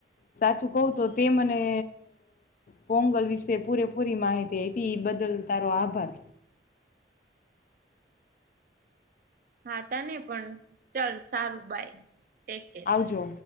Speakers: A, on the left (about 45°); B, on the right (about 45°).
A: સાચું કવ તો તે મને પોંગલ વિશે પૂરેપૂરી માહિતી પી બદલ તારો આભાર
B: હા તને પણ ચલ સારું બાય ટેક કેર
A: આવજો